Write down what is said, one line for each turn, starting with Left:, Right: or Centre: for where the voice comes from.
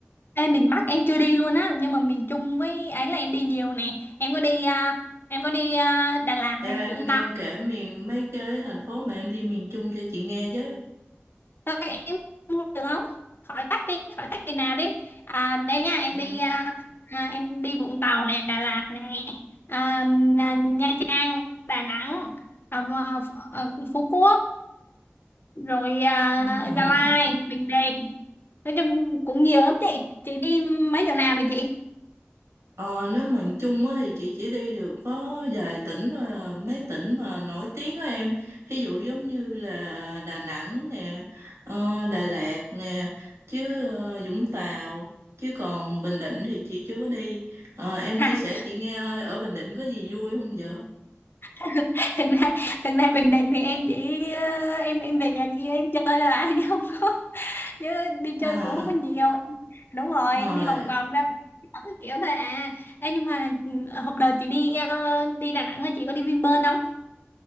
Left: Ê miền Bắc em chưa đi luôn á, nhưng mà miền Trung với ấy là em đi nhiều nè. Em có đi à, em có đi à, Đà Lạt
Right: Em
Left: này,
Right: em
Left: Vũng
Right: em
Left: Tàu.
Right: kể miền mấy cái thành phố mà em đi miền Trung cho chị nghe với.
Left: Thôi em không được không? Khỏi tắc đi, khỏi tắc đi nào đi. À, đây nha, em
Right: Ờ,
Left: đi à, à, em đi Vũng Tàu nè, Đà Lạt nè, à, à, Nha Trang, Đà Nẵng, à, à, Ph- Phú Quốc, rồi à,
Right: ờ.
Left: Gia Lai, Bình Định. Nói chung cũng nhiều lắm chị. Chị đi mấy chỗ nào rồi chị?
Right: Ờ, nếu mình chung á thì chị chỉ đi được có vài tỉnh thôi à, mấy tỉnh mà nổi tiếng á em ví dụ giống như là Đà Nẵng nè ờ, Đà Lạt nè chứ ờ, Vũng Tàu chứ còn Bình Định thì chị chưa có đi Ờ, em
Left: <laughs>
Right: chia sẻ chị nghe ơi, ở Bình Định có gì vui không vậy
Left: <laughs> thực ra thực ra Bình Định thì em chỉ ờ, em em về nhà đi em chơi là à, <laughs> chứ không có chứ đi
Right: à,
Left: chơi cũng không có nhiều đúng rồi
Right: ờ,
Left: em đi vòng vòng ra đảo cái kiểu thôi à Ê, nhưng mà ừ, hôm đợt chị đi ờ, đi Đà Nẵng là chị có đi Vinpearl không